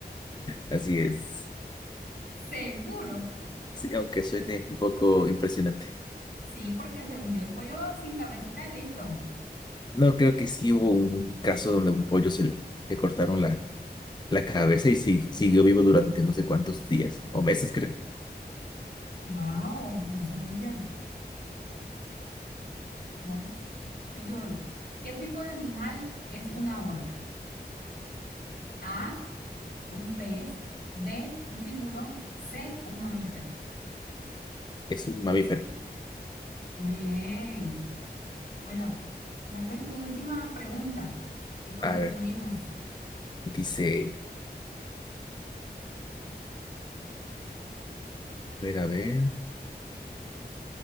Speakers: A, on the left; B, on the left.
A: Así es.
B: Seguro.
A: Sí, aunque suene un poco impresionante.
B: Sí, porque según yo, el pollo sin cabecita, listo.
A: No, creo que sí hubo un caso donde a un pollo se le, le cortaron la, la cabeza y sí, siguió vivo durante no sé cuántos días o meses, creo.
B: Wow, no sabía. Bueno, mi turno. ¿Qué tipo de animal es una orca? A, un pez. B, un tiburón. C, un mamífero.
A: Es un mamífero.
B: Muy bien. Bueno, dame tu última pregunta y concluimos.
A: A ver, dice, a ver, a ver,